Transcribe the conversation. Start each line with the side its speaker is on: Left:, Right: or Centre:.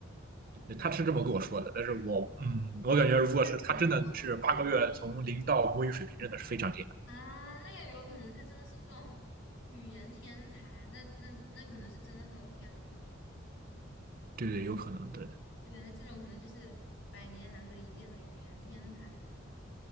Right: 对他是这么跟我说的，但是我嗯，
Left: <laughs>
Right: 我感觉如果是他真的是八个月从零到母语水平，
Left: 啊，那可能吧
Right: 真的是非常厉害。
Left: 啊，那也有可能他真的是这种语言天才，那那那可能是真的很有天赋，
Right: 对对，有可能对。
Left: 对，那这种可能就是百年难得一见的语言天才。